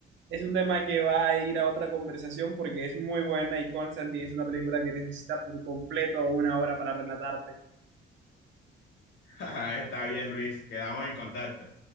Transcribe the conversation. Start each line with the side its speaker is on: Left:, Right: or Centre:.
Right: Es un tema que va a ir a otra conversación porque es muy buena y Constantine es una película que necesita por completo una hora para relatarte.
Left: <laughs> Está bien, Luis, quedamos en contacto.